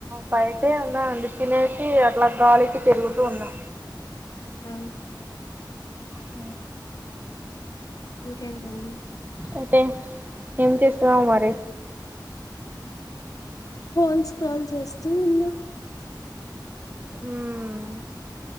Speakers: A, on the right (about 25°); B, on the left (about 45°).
A: బయటే ఉన్నాండి తినేసి అట్లా గాలికి తిరుగుతూ ఉన్నా
B: ఆ
A: ఆ
B: ఇంకేంటండి
A: అంటే ఏం చేస్తునవ్ మరి
B: ఫోన్ స్క్రోల్ చేస్తూ ఉన్నా
A: ఉమ్